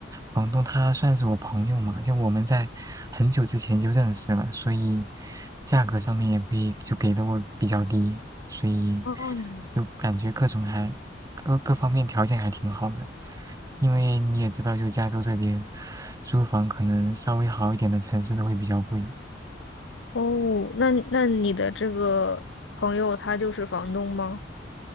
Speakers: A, on the right; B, on the left.
A: 房东他算是我朋友嘛，就我们在很久之前就认识了，所以价格上面也会就给的我比较低，所以
B: 哦，
A: 就感觉各种还各各方面条件还挺好的。因为你也知道，就加州这边租房可能稍微好一点的城市都会比较贵。
B: 哦，那那你的这个朋友他就是房东吗？